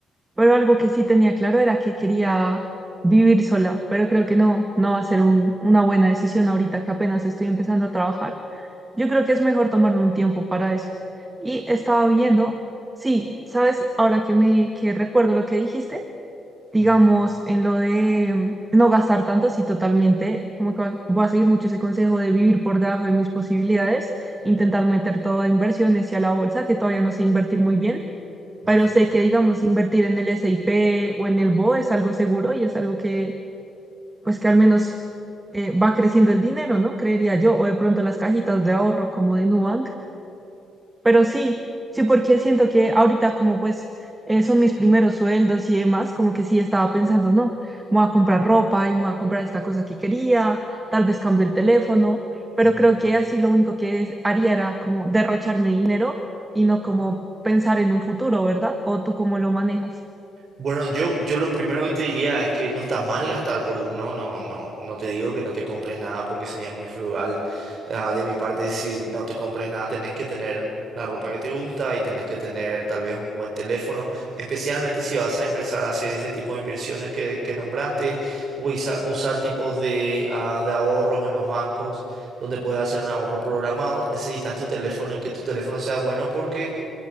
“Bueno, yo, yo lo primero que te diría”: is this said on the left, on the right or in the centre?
Right